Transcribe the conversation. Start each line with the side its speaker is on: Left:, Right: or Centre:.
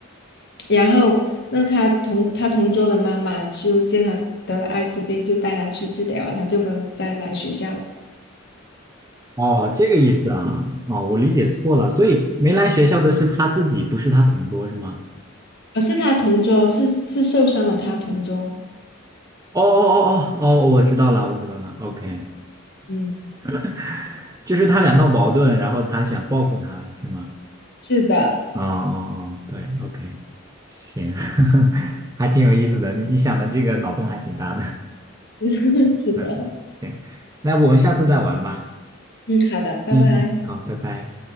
Left: 然后，那他同他同桌的妈妈就见他得了艾滋病，就带他去治疗啊，他就没有再来学校了。
Right: 哦，这个意思啊，哦，我理解错了，所以没来学校的是他自己，不是他同桌，是吗？
Left: 而是他同桌，是是是受伤了，他同桌。
Right: 哦哦哦哦哦，我知道了，我知道了，OK，
Left: 嗯，
Right: <laughs> 就是他俩闹矛盾，然后他想报复他，是吗？
Left: 是的，
Right: 哦哦哦，对，OK，行，<laughs> 还挺有意思的，你你想的这个脑洞还挺大的，
Left: <laughs> 是的，
Right: <laughs>
Left: 是的。
Right: 嗯嗯，行，那我们下次再玩吧，
Left: 嗯，好的，拜拜。
Right: 嗯嗯，好，拜拜。